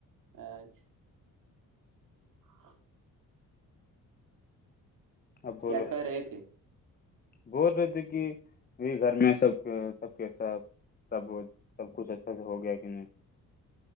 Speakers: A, on the right (about 70°); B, on the left (about 25°).
A: اچھا ہاں
B: اب بولو
A: کیا کر رہے تھے
B: بول رہے تھے کہ یہ گھر میں سب کے سب کیسا سب سب کچھ اچھا سے ہو گیا کہ نہیں